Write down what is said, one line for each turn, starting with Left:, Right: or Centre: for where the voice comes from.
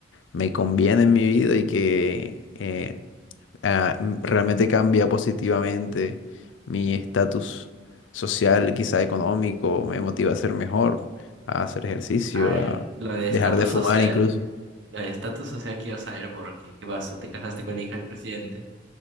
Left: me conviene en mi vida y que eh, ah, m- realmente cambia positivamente mi estatus social, quizá económico, me motiva a ser mejor, a hacer ejercicio,
Right: A ver,
Left: a
Right: lo de estatus
Left: dejar de Mm, fumar
Right: social,
Left: incluso.
Right: lo de estatus social quiero saber por qué. ¿Qué pasó? ¿Te casaste con la hija del presidente?